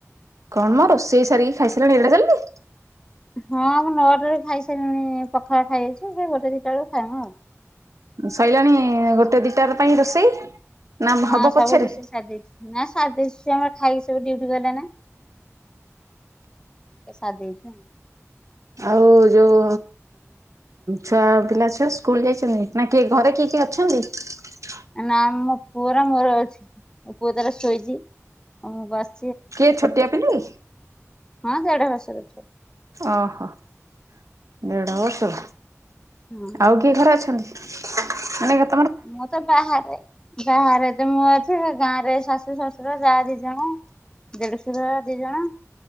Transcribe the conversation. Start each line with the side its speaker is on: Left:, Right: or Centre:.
Right: କଣ ମ ରୋଷେଇ ସାରିକି ଖାଇସାରିଲଣି ଏଡେ ଜଲଦି।
Left: ହଁ ମୁଁ ନଅଟାରେ ଖାଇସାଇଲୁଣି ପଖାଳ ଖାଇଦେଇଚୁ ଫେରେ ଗୋଟେ ଦିଇଟା ବେଳକୁ ଖାଇମୁ ଆଉ।
Right: ସ‌ଇଲାଣି ଗୋଟେ ଦିଇଟାର ପାଇଁ ରୋଷେଇ? ନା
Left: ହଁ
Right: ହବ
Left: ସବୁ
Right: ପଛରେ?
Left: ରୁଷେଇ ସାରିଦେଇଚି ନା ସାରିଦେଇଚି ଆମର ଖାଇକି ସବୁ ଡ୍ୟିଟି ଟି ଗଲେ ନା। ଏ ସାରି ଦେଇଚଁ।
Right: ଆଉ ଯୋଉ ଛୁଆ ପିଲା ଛୁଆ ସ୍କୁଲ ଯାଇଚନ୍ତି ନା କିଏ ଘରେ କିଏ କିଏ ଅଛନ୍ତି।
Left: ନା ଆମ ପୁଅର ମୋର ଅଛି ମୋ ପୁଅ ତାର ଶୋଇଚି ଆଉ ମୁଁ ବସ
Right: କିଏ ଛୋଟିଆ ପିଲା କି?
Left: ହଁ ଦେଢ଼ ବର୍ଷ ର।
Right: ଅହ ଦେଢ ବର୍ଷର।
Left: ହଁ
Right: ଆଉ କିଏ ଘରେ ଅଛନ୍ତି ମାନେ କେତେ
Left: ମୁଁ ତ ବାହାରେ ବାହାରେ ତ ମୁଁ ଅଛି ସେ ଗାଁ ରେ ଶାଶୁ ଶଶୁର ଯା ଦିଇ ଜଣ ଦେଢଶର ଦିଇ ଜଣ